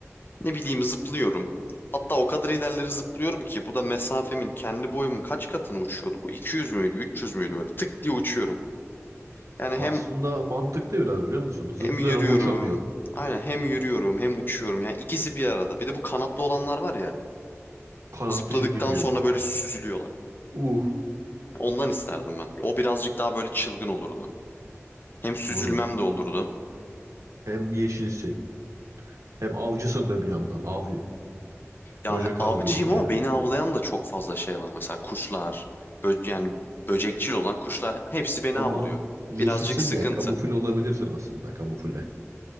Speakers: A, on the left (about 45°); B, on the right (about 85°).
A: Ne bileyim zıplıyorum. Hatta o kadar ilerleri zıplıyorum ki bu da mesafemin kendi boyumun kaç katını uçuyordu bu? 200 müydü, 300 müydü böyle tık diye uçuyorum. Yani
B: Aslında
A: hem
B: mantıklı biraz biliyor musun? Zıplıyorsun
A: Hem yürüyorum.
B: ama uçamıyorsun.
A: Aynen hem yürüyorum hem uçuyorum. Yani ikisi bir arada. Bir de bu kanatlı olanlar var ya.
B: Kanatlı
A: Zıpladıktan
B: çekirgeler.
A: sonra böyle süzülüyorlar.
B: Uh
A: Ondan isterdim ben. O birazcık daha böyle çılgın olurdu. Hem süzülmem
B: moruk.
A: de olurdu.
B: Hem yeşilsin hem avcısın da bir yandan. Av
A: Ya
B: böcek
A: avcıyım
B: avlıyorsun
A: ama
B: yani.
A: beni avlayan da çok fazla şey var. Mesela kuşlar, bö- yani böcekçil olan kuşlar hepsi beni
B: Ama
A: avlıyor.
B: yeşilsin
A: Birazcık sıkıntı.
B: ya kamufle olabilirsin aslında kamufle.